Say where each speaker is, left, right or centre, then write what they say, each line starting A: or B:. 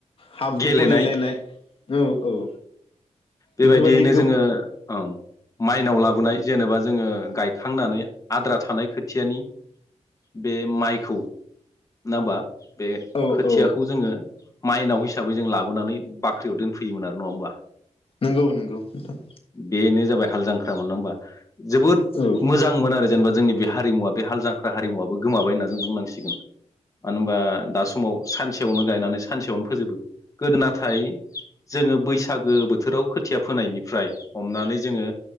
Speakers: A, on the left; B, on the left.
A: हाब्रु
B: गेलेनाय
A: फुनलायलायनाय औ औ।
B: बेबायदियैनो
A: बेफोरबायदि
B: जोङो औ। माइनाव लाबोनाय जेनेबा जोङो गायखांनानै आद्रा थानाय खोथियानि बे माइखौ नङा होमबा? बे
A: औ
B: खोथियाखौ
A: औ
B: जोङो माइनाव हिसाबै जों लाबोनानै बाख्रियाव दोनफैयोमोन आरो नङा होमबा?
A: नंगौ नंगौ नोंथां
B: बेनो जाबाय हाल जांख्रा मोन नङा होमबा? जोबोद
A: औ
B: मोजांमोन आरो। जेनेबा जोंनि बे हारिमुवा बे हाल जांख्रा हारिमुवाबो गोमाबाय होनना जों बुंनांसिगोन। मानो होनबा दा समाव सानसेयावनो गायनानै सानसेयावनो फोजोबो गोदो नाथाय जोङो बैसागो बोथोराव खोथिया फोनायनिफ्राय हमनानै जोङो